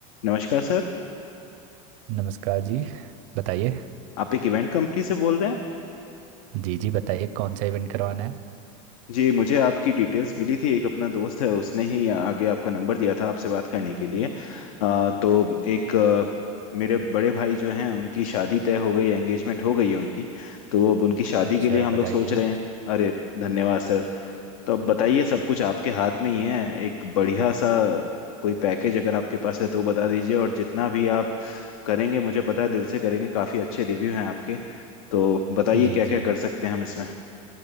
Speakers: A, on the left (about 85°); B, on the right (about 60°).
A: नमस्कार सर
B: नमस्कार जी बताइए
A: आप एक इवेंट कंपनी से बोल रहे हैं
B: जी जी बताइए कौन सा इवेंट करवाना है
A: जी मुझे आपकी डिटेल्स मिली थी एक अपना दोस्त है उसने ही आगे आपका नंबर दिया था आपसे बात करने के लिए अ, तो एक अ, मेरे बड़े भाई जो हैं उनकी शादी तय हो गई है एंगेजमेंट हो गई है उनकी तो अब उनकी शादी
B: अच्छा
A: के लिए हम
B: बताइए
A: लोग सोच रहे
B: आप।
A: हैं अरे धन्यवाद सर तो अब बताइए सब कुछ आपके हाथ में ही है एक बढ़िया सा कोई पैकेज अगर आपके पास है तो वो बता दीजिए और जितना भी आप करेंगे मुझे पता है दिल से करेंगे काफी अच्छे रिव्यू हैं आपके तो बताइए
B: जी
A: क्या
B: जी
A: क्या कर सकते हैं हम इसमें